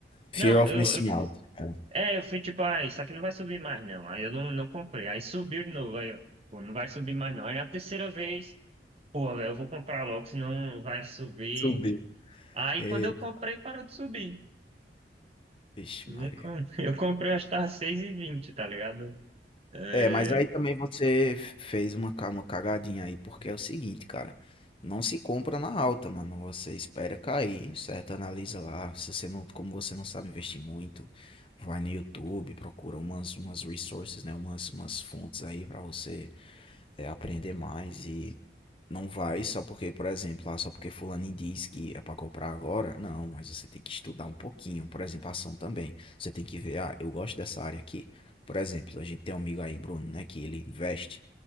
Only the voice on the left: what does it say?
Fear
of
missing
out. É.
Subiu.
Eita,
vixe
Maria.
É, mas aí também você f- fez uma, ca- uma cagadinha aí, porque é o seguinte, cara. Não se compra na alta, mano. Você espera cair, certo? Analisa lá. Se você não, como você não sabe investir muito, vai no YouTube, procura umas, umas resources, né? Umas, umas fontes aí pra você é, aprender mais e Não vai só porque, por exemplo, ah, só porque fulano diz que é pra comprar agora. Não, mas você tem que estudar um pouquinho. Por exemplo, a ação também. Você tem que ver, ah, eu gosto dessa área aqui. Por exemplo, a gente tem um amigo aí, Bruno, né, que ele investe.